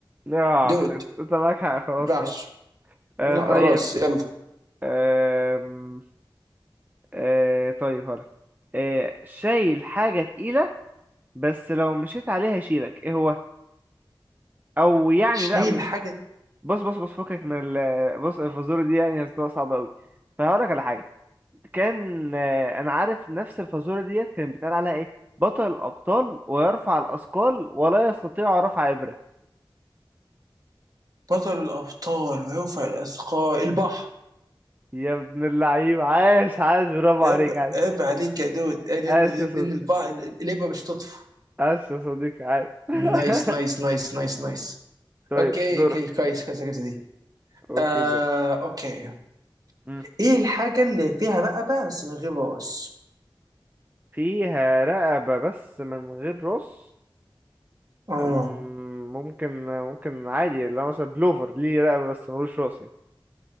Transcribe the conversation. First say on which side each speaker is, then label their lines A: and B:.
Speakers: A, on the right; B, on the right.
A: اه
B: دود
A: انت معاك حق خلاص
B: ما ينفعش
A: خلاص آه
B: لا،
A: طيب
B: خلاص يلا
A: آم، آه طيب هقول آه شايل حاجه تقيله بس لو مشيت عليها يشيلك ايه هو او يعني
B: شيل
A: لا م-
B: حاجه
A: بص بص بص فكك من ال بص الفزوره دي يعني هتبقى صعبه قوي فهقول لك على حاجه كان آه، انا عارف نفس الفازوره ديت كان بيتقال عليها ايه بطل الابطال ويرفع الاثقال ولا يستطيع رفع ابره
B: بطل الابطال ويرفع الاثقال البحر
A: يا ابن اللعيب عاش عاش برافو عليك
B: عيب
A: عاش
B: عيب عليك يا دود لان
A: عاش
B: لان
A: يا صديقي
B: البحر الابره مش تطفو
A: عاش يا صديقي عاش <laughs>
B: نايس نايس نايس نايس نايس
A: طيب
B: اوكي
A: دورك
B: اوكي كويس كويس كويس دي
A: اوكي
B: آه،
A: دورك
B: اوكي
A: مم.
B: ايه الحاجه اللي فيها بقى بقى بس من غير راس
A: فيها رقبة بس من غير راس
B: اه
A: أم، ممكن ممكن عادي اللي هو مثلا بلوفر ليه رقبة بس ملوش راس يعني